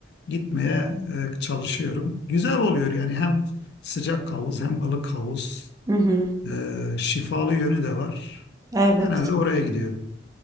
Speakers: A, on the left; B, on the right.
A: gitmeye e, çalışıyorum. Güzel oluyor yani hem sıcak havuz hem ılık havuz.
B: Hı hı.
A: E, şifalı yönü de var.
B: Evet.
A: Genelde oraya gidiyorum.